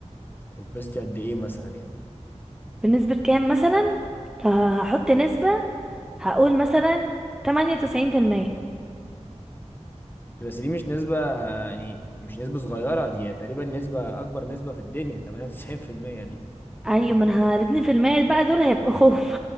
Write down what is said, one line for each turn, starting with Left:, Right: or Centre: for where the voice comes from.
Left: هتتبسطي قد ايه مثلا يعني
Centre: بنسبة كام مثلا لو هحط نسبة هقول مثلا 98%
Left: بس دي مش نسبة يعني مش نسبة صغيرة دي تقريبا نسبة أكبر نسبة في الدنيا 98% دي
Centre: ايوه ما انا الاتنين في المية بقى دول هيبقوا خوف